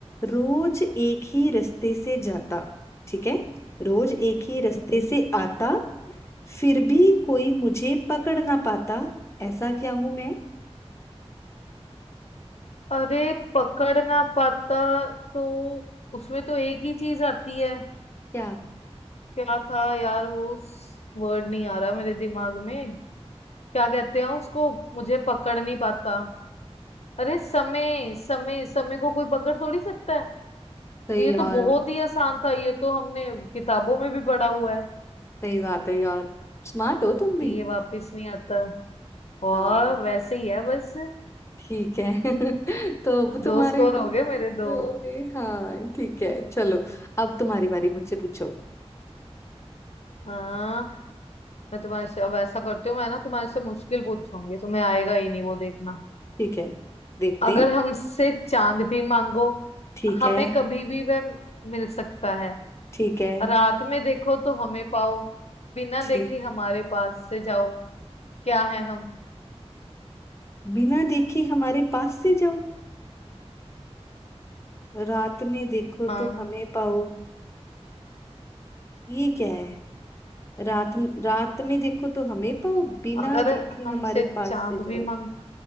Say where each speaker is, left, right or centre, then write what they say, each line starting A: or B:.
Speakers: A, on the left (about 25°); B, on the left (about 70°).
A: रोज एक ही रास्ते से जाता ठीक है रोज एक ही रास्ते
B: हम्म।
A: से आता फिर भी कोई मुझे पकड़ ना पाता ऐसा क्या हूं मैं
B: अरे पकड़ ना पाता तो उसमें तो एक ही चीज आती है
A: क्या
B: क्या था यार वो वर्ड नहीं आ रहा मेरे दिमाग में क्या कहते हैं उसको मुझे पकड़ नहीं पाता अरे समय समय समय को कोई पकड़ थोड़ी सकता है
A: सही
B: ये
A: यार
B: तो बहुत ही आसान था ये तो हमने किताबों में भी पढ़ा हुआ है
A: सही बात है यार स्मार्ट हो तुम भी
B: कि ये वापस नहीं आता और
A: हाँ
B: वैसे ही है बस
A: ठीक है <laughs> तो अब तुम्हारे
B: दो स्कोर
A: दो
B: हो गए
A: मिनट
B: मेरे दो
A: हो गए हाँ ठीक है चलो अब तुम्हारी बारी मुझसे पूछो
B: हाँ मैं तुम्हारे से अब ऐसा करती हूँ मैं ना तुम्हारे से मुश्किल पूछूंगी तुम्हें आएगा ही नहीं वो देखना
A: ठीक है देखते
B: अगर
A: हैं
B: हमसे चांद भी मांगो
A: ठीक
B: हमें
A: है
B: कभी भी वह मिल सकता है
A: ठीक है
B: रात में देखो तो हमें पाओ बिना
A: ठीक
B: देखे हमारे पास से जाओ क्या है हम
A: बिना देखे हमारे पास से जाओ रात में देखो
B: हाँ
A: तो हमें पाओ ये क्या है रात रात में देखो तो हमें पाओ बिना
B: अगर
A: देखे
B: हमसे
A: हमारे पास
B: चांद
A: से जाओ
B: भी मांग